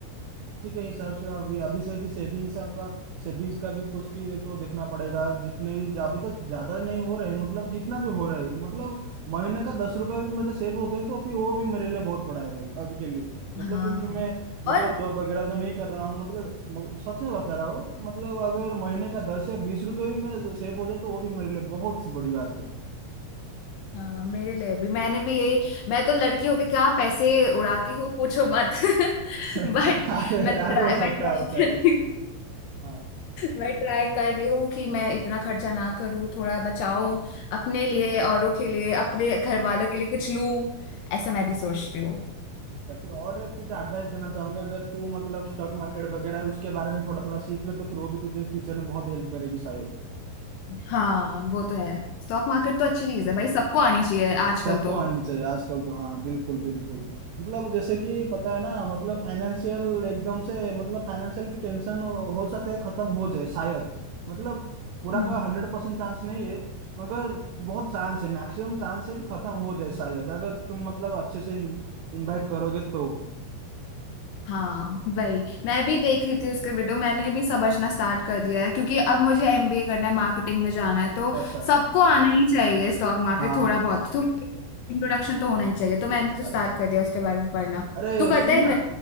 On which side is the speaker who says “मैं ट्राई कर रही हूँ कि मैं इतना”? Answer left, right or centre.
Left